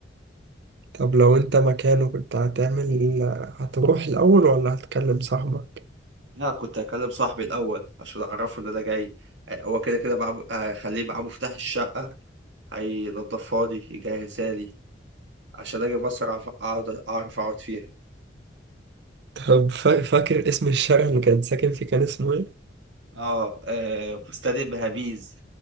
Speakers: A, on the right (about 65°); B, on the right (about 90°).
A: طب لو أنت مكانه كنت هتعمل هتروح الأول ولا هتكلم صاحبك؟
B: لا كنت هكلم صاحبي الأول عشان أعرفه إن أنا جاي آه، هو كده كده معاه هخليه معاه مفتاح الشقة هينضفها لي يجهزها لي عشان أجي مصر أعرف أقعد أعرف أقعد فيها
A: طب فا- فاكر اسم الشارع اللي كان ساكن فيه كان اسمه إيه؟
B: آه آه، فستان بهابيز